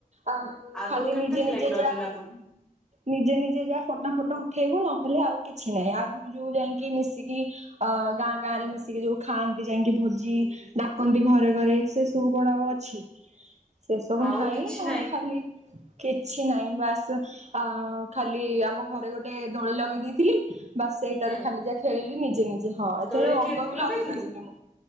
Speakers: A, on the right; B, in the centre.
A: ଆଉ
B: ଆଗରୁ
A: ଖାଲି
B: କେମିତି
A: ନିଜେ
B: ଥିଲା
A: ନିଜେ
B: କି ରଜ
A: ଯାଆ।
B: ଲାଗୁନି?
A: ନିଜେ ନିଜେ ଯା ଫଟୋ ଫଟୋ ଉଠେଇବୁ ନହେଲେ ଆଉ କିଛି ନାହିଁ ଆଗୁ ରୁ ଯୋଉ ଯାଇଁ କି ମିଶିକି ଅ ଗାଁ ଗାଁ ରେ ମିଶିକି ଯୋଉ ଖାଆନ୍ତି ଯାଇକି ଭୋଜି। ଡାକନ୍ତି ଘରେ ଘରେ ସେ ସବୁ କଣ ଆଉ ଅଛି ସେ ସବୁ
B: ଆଉ
A: ନାହିଁ
B: କିଛି
A: ଆଉ ଖାଲି। କିଛି ନାହିଁ ବାସ୍। ଆ ଖାଲି ଆମ ଘରେ ଗୋଟେ ଦୋଳି ଲଗେଇ ଦେଇଥିଲି। ବାସ ସେଇଟାରେ
B: ହୁଁ
A: ଖାଲି ଯା ଖେଳିଲି ନିଜେ ନିଜେ ହଁ। ଏଥର
B: ଦୋଳି
A: ରଙ୍ଗ
B: କିଏ ତୁ
A: ବି
B: ଲଗେଇଥିଲୁ?
A: ଲଗେଇ ନଥିଲି ମୁଁ